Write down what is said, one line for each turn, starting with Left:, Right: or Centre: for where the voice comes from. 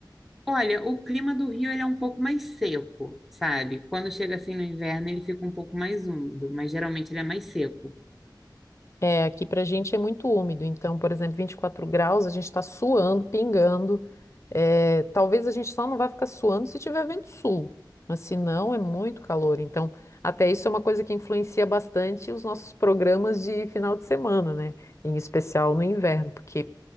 Centre: olha, o clima do Rio ele é um pouco mais seco, sabe? Quando chega assim no inverno, ele fica um pouco mais úmido, mas geralmente ele é mais seco.
Left: É, aqui pra gente é muito úmido, então, por exemplo, 24 graus, a gente está suando, pingando. É, talvez a gente só não vai ficar suando se tiver vento sul, mas se não, é muito calor. Então, até isso é uma coisa que influencia bastante os nossos programas de final de semana, né? Em especial no inverno, porque,